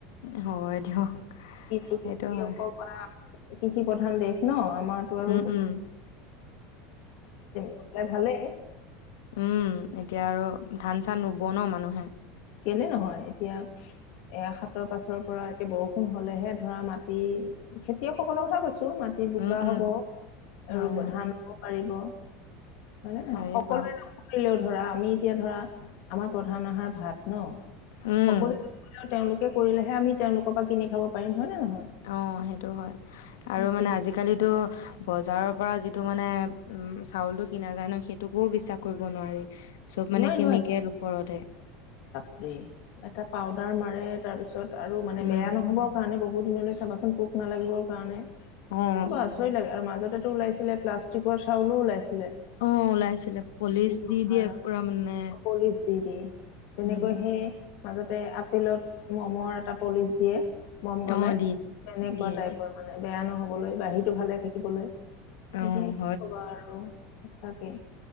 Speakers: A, on the left; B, on the left.
A: হয় দিয়ক।
B: কি
A: সেইটো
B: কিয়
A: হয়
B: কৰ পা কৃষি প্ৰধান দেশ ন? আমাৰটো আৰু
A: উম উম
B: <unintelligible> ভালেই
A: উম এতিয়া আৰু ধান চান ৰুব নহ মানুহে
B: কেলে নহয় এতিয়া এ হাতৰ পাছৰ পৰা এটিয়া বৰষুণ হ'লে হে ধৰা মাটি খেতিয়কসকলৰ কথা কৈছোঁ মাটি বোকা
A: উম
B: হ'ব
A: উম হয়
B: আৰু
A: হয়
B: ধান হ পাৰিব হয় নে নহয়
A: হয়ে
B: সকলোৱে
A: বাৰু
B: নকৰিলেও ধৰা আমি এতিয়া ধৰা আমাৰ প্ৰধান আহাৰ ভাত ন
A: উম,
B: সকলো তেওঁলোক কৰিলেহে আমি তেওঁলোকৰ পৰা কিনি খাব পাৰিম হয় নে নহয়
A: অ সেইটো হয়
B: সেইটোৱে
A: আৰু মানে আজিকালিতো বজাৰৰ পৰা যিটো মানে উম চাউলটো কিনা যায় ন সেইটোকো বিশ্বাস কৰিব নোৱাৰি। চব
B: নোৱাৰি
A: মানে কেমিকেল ওপৰতে
B: ৰে এটা পাউদাৰ মাৰে তাৰপি পিছত আৰু মানে
A: উম,
B: বেয়া নহ'বৰ কাৰণে বহু দিনলৈ চাবাচোন পোক নালাগিবৰ কাৰণে এ
A: অ',
B: বৰ আচৰিত লাগে আৰু মাজত ওলাইছিলে প্লাষ্টিকৰ চাউলো ওলাইছিল
A: অ ওলাইছিলে পলিচ
B: ক'বা
A: দি দিয়ে
B: আৰু
A: পুৰা মানে
B: পলিচ দি দি তেনেকৈ
A: উম,
B: সে মাজতে আপেলত মমৰ এটা পলিচ দিয়ে মম গলাই
A: অ', দি দিয়ে
B: তেনেকুৱা
A: দিয়ে
B: টাইপৰ
A: দিয়ে।
B: মানে বেয়া নহ'ব বলৈ বাহীটো ভালে থাকিবলৈ
A: অ',
B: এতিয়া কি কবা আৰু সঁচাকে